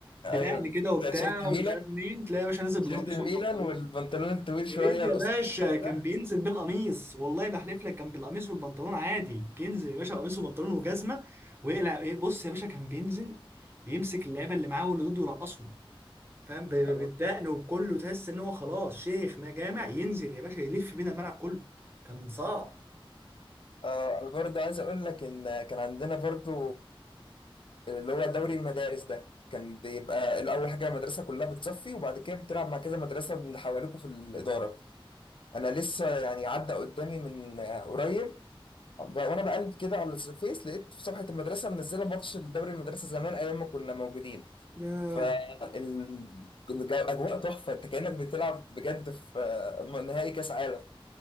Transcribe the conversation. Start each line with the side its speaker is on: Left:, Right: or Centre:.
Left: ايوه
Right: بنقل كده وبتاع
Left: ده تيشيرت الميلان
Right: ومش عارف مين تلاقي يا باشا نازل بالقميص
Left: تيشيرت الميلان
Right: والبنطلون
Left: والبنطلون الطويل شويه
Right: يا ريت يا
Left: القصير
Right: باشا
Left: شويه
Right: كان
Left: ده
Right: بينزل بالقميص والله بحلف لك كان بالقميص والبنطلون عادي ينزل يا باشا قميص وبنطلون وجزمه ويقلع إيه، بص يا باشا كان بينزل يمسك اللعيبه اللي معاه واللي ضده يرقصهم فاهم ب- ب-
Left: ال-
Right: بالدقن وكله تحس ان هو خلاص شيخ ما جامع ينزل يا باشا يلف بينا الملعب كله كان صعب
Left: آه انا برضه عايز اقول لك ان كان عندنا برضه اللي هو دوري المدارس ده كان بيبقى الاول حاجه المدرسه كلها بتصفي وبعد كده بتلعب مع كذا مدرسه من حواليكوا في الاداره انا لسه يعني عدى قدامي من آه، قريب ب- وانا بقلب كده على الفيس لقيت في صفحه المدرسه منزله ماتش الدوري المدرسه زمان ايام ما كنا موجودين
Right: ياه
Left: فالأجواء تحفة أنت كأنك بتلعب بجد في آه، نهائي كأس عالم